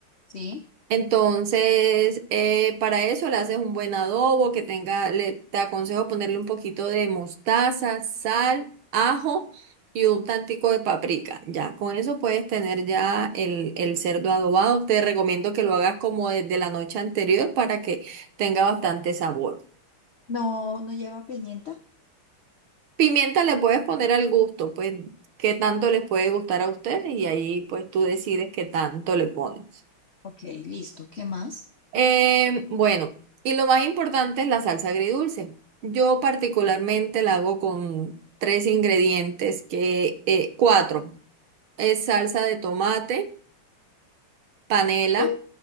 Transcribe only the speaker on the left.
Sí.
No, no lleva pimienta.
Ok, listo. ¿Qué más?
Eh,